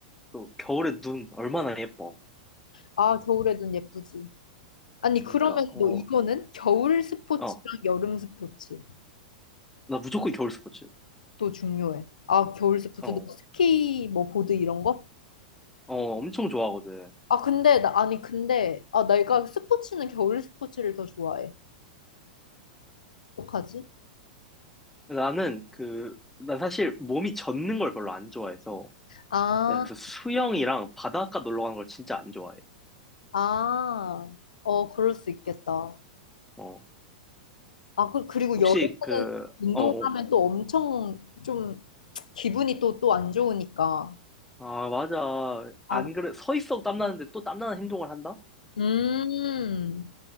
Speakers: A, in the centre; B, on the left (about 80°).
A: 또 겨울에 눈 얼마나 예뻐.
B: 아, 겨울에 눈 예쁘지. 아니,
A: 그러니까,
B: 그러면
A: 어,
B: 너 이거는 겨울 스포츠랑
A: 어.
B: 여름 스포츠도
A: 나 무조건 겨울 스포츠.
B: 중요해. 아, 겨울 스포츠,
A: 어,
B: 너 스키, 뭐, 보드 이런 거?
A: 어, 엄청 좋아하거든.
B: 아, 근데, 나, 아니, 근데, 아, 내가 스포츠는 겨울 스포츠를 더 좋아해. 어떡하지?
A: 나는 그, 난 사실 몸이 젖는 걸 별로 안 좋아해서.
B: 아,
A: 내가 그래서 수영이랑 바닷가 놀러 가는 걸 진짜 안 좋아해.
B: 아, 어, 그럴 수 있겠다.
A: 어.
B: 아, 그, 그리고
A: 혹시
B: 여름에는
A: 그,
B: 운동하면
A: 어, 어.
B: 또 엄청 좀 기분이 또, 또 안 좋으니까.
A: 아, 맞아.
B: 아,
A: 안 그래. 서 있어도 땀나는데 또 땀나는 행동을 한다?
B: 음,